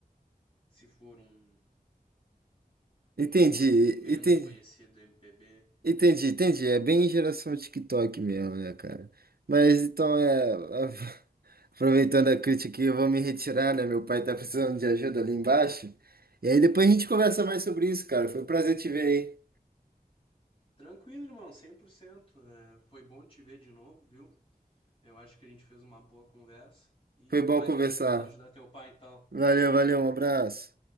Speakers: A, on the left; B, on the right.
A: Se for um
B: Entendi,
A: um músico menos
B: entendi,
A: conhecido do MPB.
B: entendi, entendi. É bem geração TikTok mesmo, né, cara? Mas então é. a- <laughs> Aproveitando a crítica aqui, eu vou me retirar, né? Meu pai tá precisando de ajuda ali embaixo. E aí depois a gente conversa mais sobre isso, cara. Foi um prazer te ver aí.
A: Tranquilo, irmão, 100%. É, foi bom te ver de novo, viu? Eu acho que a gente fez uma boa conversa. E
B: Foi
A: no
B: bom
A: mais
B: conversar.
A: é isso, vai lá ajudar teu pai então.
B: Valeu, valeu, um abraço.